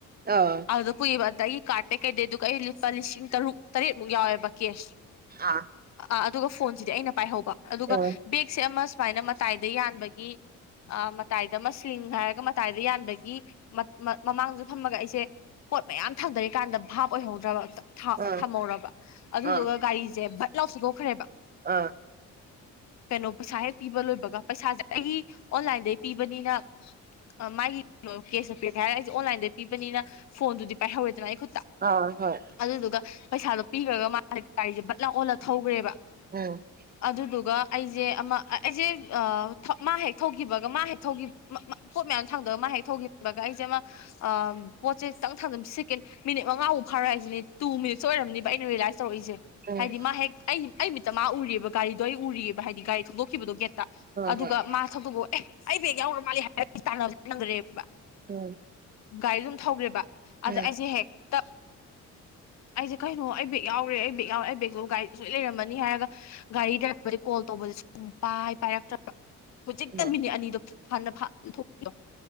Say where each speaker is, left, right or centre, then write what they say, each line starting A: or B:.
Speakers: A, on the right (about 30°); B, on the left (about 60°).
A: ꯑ
B: ꯑꯗꯨ ꯄꯨꯏꯕ ꯑꯗꯏꯒꯤ ꯀꯥꯔꯗꯠꯇꯩ ꯀꯩꯗꯩ ꯑꯗꯨꯒ ꯑꯩ ꯂꯨꯄꯥ ꯂꯤꯁꯤꯡ ꯇꯔꯨꯛ ꯇꯔꯦꯠꯃꯨꯛ ꯌꯥꯎꯋꯦꯕ ꯀꯦꯁ
A: ꯑꯥ
B: ꯑꯥ ꯑꯗꯨꯒ ꯐꯣꯟꯁꯤꯗꯤ ꯑꯩꯅ ꯄꯥꯏꯍꯧꯕ ꯑꯗꯨꯒ
A: ꯑꯥ
B: ꯕꯦꯛꯁꯦ ꯑꯃ ꯁꯨꯃꯥꯏꯅ ꯃꯇꯥꯏꯗ ꯌꯥꯟꯕꯒꯤ ꯑ ꯃꯇꯥꯏꯗ ꯑꯃ ꯁꯤꯡ ꯍꯥꯏꯔꯒ ꯃꯇꯥꯏꯗ ꯌꯥꯟꯕꯒꯤ ꯃꯃꯥꯡꯁꯨ ꯐꯝꯃꯒ ꯑꯩꯁꯦ ꯄꯣꯠ ꯃꯌꯥꯝ ꯊꯥꯡꯗꯔꯤꯀꯥꯟꯗ ꯚꯥꯞ ꯑꯣꯏꯍꯧꯗ꯭ꯔꯕ ꯊꯥ
A: ꯑꯥ
B: ꯊꯝꯍꯧꯔꯕ ꯑꯗꯨꯗꯨꯒ
A: ꯑꯥ
B: ꯒꯥꯔꯤꯁꯦ ꯚꯠ ꯂꯥꯎ ꯊꯧꯗꯣꯛꯈ꯭ꯔꯦꯕ
A: ꯑꯥ
B: ꯀꯩꯅꯣ ꯄꯩꯁꯥ ꯍꯦꯛ ꯄꯤꯕ ꯂꯣꯏꯕꯒ ꯄꯩꯁꯥꯁꯦ ꯑꯩ ꯑꯣꯟꯂꯥꯏꯟꯗꯩ ꯄꯤꯕꯅꯤꯅ ꯃꯥꯒꯤ ꯀꯩꯅꯣ ꯀꯦꯁꯇ ꯄꯤꯔꯛꯀ‌ꯦ ꯍꯥꯏꯔ ꯑꯩꯁꯦ ꯑꯣꯟꯂꯥꯏꯟꯗ ꯄꯤꯕꯅꯤꯅ ꯐꯣꯟꯗꯨꯗꯤ ꯄꯥꯏꯍꯧꯔꯦꯗꯅ ꯑꯩ ꯈꯨꯠ
A: ꯑꯥ ꯍꯣꯏ
B: ꯑꯗꯨꯗꯨꯒ ꯄꯩꯁꯥꯗꯣ ꯄꯤꯈ꯭ꯔꯒ ꯃꯥ ꯒꯥꯔꯤꯁꯦ ꯕꯠ ꯂꯥꯎ ꯑꯣꯜꯂ ꯊꯧꯈ꯭ꯔꯦꯕ
A: ꯎꯝ
B: ꯑꯗꯨꯗꯨꯒ ꯑꯩꯖ‌ꯦ ꯑꯃ ꯑꯩꯖ‌ꯦ ꯊ ꯃꯥ ꯍꯦꯛ ꯊ‌ꯣꯛꯈꯤꯕꯒ ꯃꯥ ꯍꯦꯛ ꯊ‌ꯣꯛꯈꯤ <unintelligible> ꯄꯣꯠ ꯃꯌꯥꯝ ꯊꯥꯡꯗꯕ ꯃꯥ ꯍꯦꯛ ꯊꯧꯈꯤꯕꯒ ꯑꯩꯁꯦ ꯑꯃ ꯑ ꯄꯣꯠꯁꯦ ꯈꯤꯇꯪ ꯊꯥꯡꯖ ꯁꯤꯀꯦꯟ ꯃꯤꯅꯤꯠ ꯃꯉꯥꯐꯥꯎ ꯐꯥꯔꯣꯏ ꯍꯥꯏꯁꯤꯅꯦ ꯇꯨ ꯃꯤꯅꯤꯠꯁ ꯑꯣꯏꯔꯝꯅꯤꯕ ꯑꯩꯅ ꯔꯤꯌꯦꯂꯥꯏꯁ ꯇꯧꯔꯛꯏꯁꯦ
A: ꯍꯣꯏ
B: ꯍꯥꯏꯗꯤ ꯃꯥ ꯍꯦꯛ ꯑꯩ ꯑꯩ ꯃꯤꯠꯇ ꯃꯥ ꯎꯔꯤꯑꯕ ꯒꯥꯔꯤꯗꯣ ꯑꯩ ꯎꯔꯤꯑꯕ ꯍꯥꯏꯗꯤ ꯒꯥꯔꯤ ꯊꯣꯡꯗꯣꯛꯈꯤꯕꯗꯣ ꯒꯦꯠꯇ ꯑꯗꯨꯒ
A: ꯍꯣꯏ
B: ꯃꯥ <unintelligible> ꯑꯦ ꯑꯩ ꯕꯦꯛ ꯌꯥꯎꯔ ꯃꯥꯜꯂꯦ ꯍꯥꯏꯔꯒ ꯇꯥꯟꯅꯕ ꯅꯪꯗ꯭ꯔꯦꯕ
A: ꯎꯝ
B: ꯒꯥꯔꯤꯗꯨ ꯑꯗꯨꯝ ꯊꯧꯈ꯭ꯔꯦꯕ ꯑꯗ
A: ꯎꯝ
B: ꯑꯩꯁꯦ ꯍꯦꯛ ꯇꯞ ꯑꯩꯁꯦ ꯀꯩꯅꯣ ꯑꯩ ꯕꯦꯛ ꯌꯥꯎꯒ꯭ꯔꯦ ꯑꯩ ꯕꯦꯒ ꯌꯥꯎꯒ꯭ꯔꯦ ꯑꯩ ꯕꯦꯒꯇꯨ ꯒꯥꯔꯤꯗ ꯁꯣꯏ ꯂꯩꯔꯝꯃꯅꯤ ꯍꯥꯏꯔꯒ ꯒꯥꯔꯤ ꯗ꯭ꯔꯥꯏꯕꯔꯗꯤ ꯀꯣꯜ ꯇꯧꯕꯁꯦ ꯁꯨꯡ ꯄꯥꯏ ꯄꯥꯏꯔꯛꯇ꯭ꯔꯕ ꯍꯧꯖꯤꯛꯇ
A: ꯏꯃꯥ
B: ꯃꯤꯅꯤꯠ ꯑꯅꯤꯗꯣ ꯍꯥꯟꯅ ꯐꯠ ꯏꯟꯊꯣꯛꯄꯤꯗꯣ